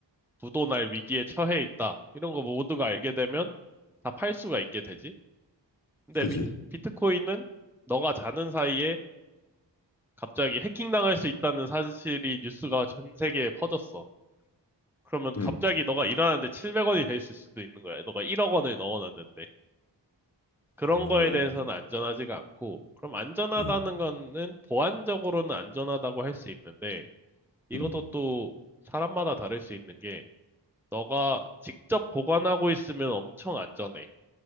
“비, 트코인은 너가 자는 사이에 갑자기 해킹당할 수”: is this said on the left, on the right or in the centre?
Centre